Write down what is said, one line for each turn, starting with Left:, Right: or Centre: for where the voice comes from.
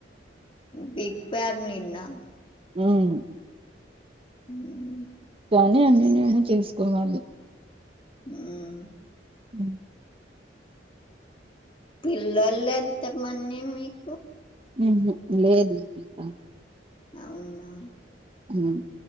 Left: బిగ్ ఫ్యామిలీ నా
Right: అవును
Left: <unintelligible>
Right: కానీ అన్ని నేనే చేసుకోవాలి
Left: హ్మ్
Right: అ
Left: పిల్లలే ఎంతమంది మీకు
Right: ఉమ్ లేదు ఇంకా
Left: అవునా
Right: హ్మ్